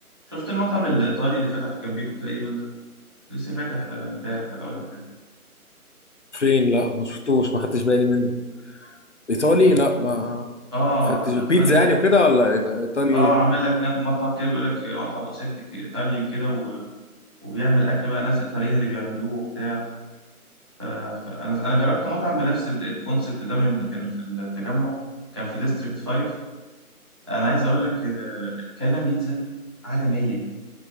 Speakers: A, on the right (about 15°); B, on the left (about 50°).
A: شفت المطعم الإيطالي اللي فتح جنبيكو تقريبا ده لسه فاتح آه، امبارح ولا أول امبارح
B: فين لا ما شفتوش ما خدتش بالي منه ايطالي لا ما
A: اه
B: ما خدتش بيتزا
A: إيطاليا
B: يعني وكده ولا إيط- ايطالي
A: اه
B: ايه
A: عامل لك نف- مطعم كده بيقول لك مطعم أوثنتيك إيطاليان كده و... وبيعمل أكل بقى ناس إيطاليين اللي بيعملوه وبتاع ف... فأنا أنا جربت مطعم بنفس ال- الكونسبت ده من كان في التجمع كان في ديستريكت 5 أنا عايز أقول لك ال- كان بيتزا عالمية